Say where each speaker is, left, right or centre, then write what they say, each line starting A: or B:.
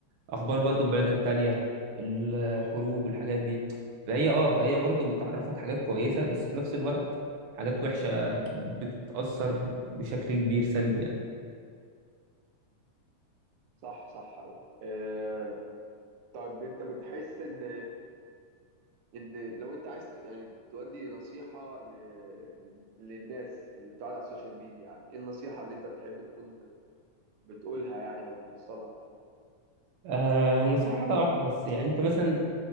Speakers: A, on the right (about 65°); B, on the right (about 85°).
A: اخبار برضو البلاد التانية الحروب والحاجات دي فهي اه فهي برضو بتعرفك حاجات كويسه بس في نفس الوقت حاجات وحشه بتتاثر بشكل كبير سلبي يعني
B: صح صح قوي آه طيب انت بتحس ان ان لو انت عايز ت- يعني تودي نصيحه ل... للناس اللي بتقعد على السوشيال ميديا يعني ايه النصيحه اللي انت تحب تكون بتقولها يعني او بتوصلها
A: آه النصيحة حاجة واحدة بس يعني انت مثلا